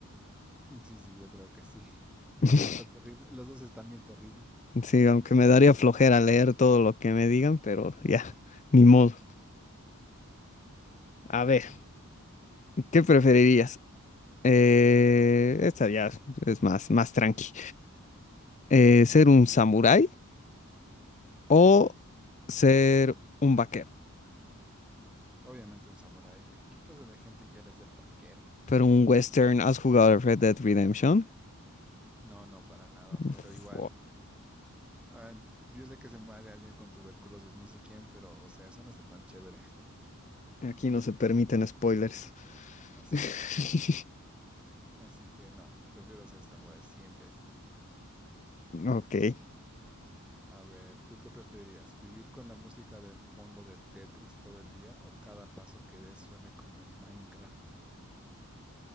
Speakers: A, in the centre; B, on the left.
A: Sí, sí, yo creo que sí. <laughs> No
B: <laughs>
A: sé, está terrible. Los dos están bien terribles.
B: Sí, aunque me daría flojera leer todo lo que me digan, pero ya, ni modo. A ver, ¿qué preferirías? Eh, esta ya es más, más tranqui. Eh, ¿ser un samurái o ser un vaquero?
A: Obviamente un samurái, güey. ¿Qué clase de gente quiere ser vaquero?
B: Pero un western, ¿has jugado Red Dead Redemption?
A: No, no, para nada,
B: Uf,
A: pero igual. ah, yo sé que se muere alguien con tuberculosis, no sé quién, pero, o sea, eso no está tan chévere. <laughs>
B: Aquí no se permiten spoilers.
A: Así
B: <laughs>
A: es. Así que no, prefiero ser samurái 100 veces.
B: Ok.
A: A ver, ¿tú qué preferirías? ¿Vivir con la música de fondo de Tetris todo el día o cada paso que des suene como en Minecraft? <laughs>